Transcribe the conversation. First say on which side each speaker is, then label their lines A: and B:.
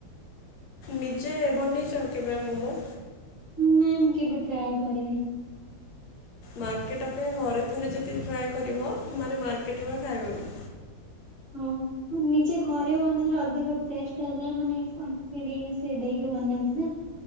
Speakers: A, on the left; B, on the right.
A: ନିଜେ ବନେଇଛ କେବେ ମୋମୋ?
B: ନାଇଁ ମୁଁ କେବେ ଟ୍ରାଏ କରିନି।
A: ମାର୍କେଟ ଅପେକ୍ଷା ଘରେ ଥରେ ଯଦି ଟ୍ରାଏ କରିବ ମାନେ ମାର୍କେଟରେ ବା ଖାଇବନି।
B: ହଁ ନିଜେ ଘରେ ବନେଇଲେ ଅଧିକ ଟେଷ୍ଟ ଆସେ ମାନେ ସେ କ୍ୟାଣ୍ଟିଡ୍ ଦେଇକି ବନାନ୍ତି ନା।